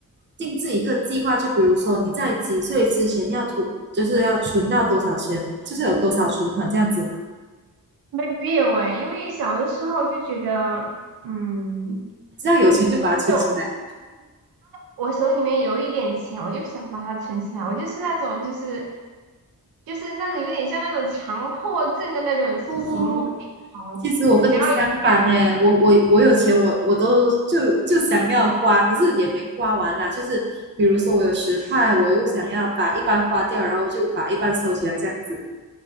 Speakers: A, on the right (about 30°); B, on the right (about 80°).
A: 定制一个计划，就比如说你在几岁之前要存，就是要存到多少钱，就是有多少存款这样子嘛，
B: 没没有哎，因为小的时候就觉得，嗯，
A: 只要有钱就把它存起来。
B: 就我手里面有一点钱，我就想把它存起来。我就是那种，就是就是那种有点像那种强迫症的那种行为哦，
A: 哦，其实我跟你相反呢，
B: 就只要有钱
A: 我我我有钱我，我都就就想要花，可是也没花完啦。就是比如说我有十块，我又想要把一半花掉，然后就把一半收起来这样子，